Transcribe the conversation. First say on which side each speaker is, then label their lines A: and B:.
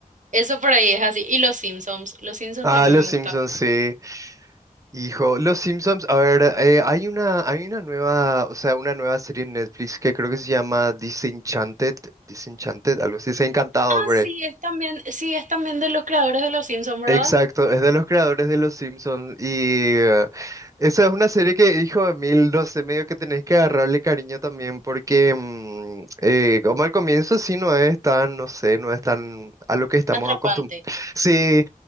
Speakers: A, on the right; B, on the right.
A: Eso por ahí es así. Y los Simpsons, los Simpsons
B: Ah,
A: también
B: Los
A: me
B: Simpsons,
A: gustan.
B: sí. Hijo, Los Simpsons, a ver, eh, hay una, hay una nueva, o sea, una nueva serie en Netflix que creo que se llama Disenchanted, Disenchanted, algo así, se ha encantado,
A: Ah, sí, es también, sí, es también de los creadores de los Simpsons, ¿verdad?
B: Exacto, es de los creadores de Los Simpsons y eh, esa es una serie que, hijo de mil, no sé, medio que tenés que agarrarle cariño también porque mm, eh, como al comienzo sí no es tan, no sé, no es tan a lo que estamos
A: Atrapante.
B: acostumbrados. Sí,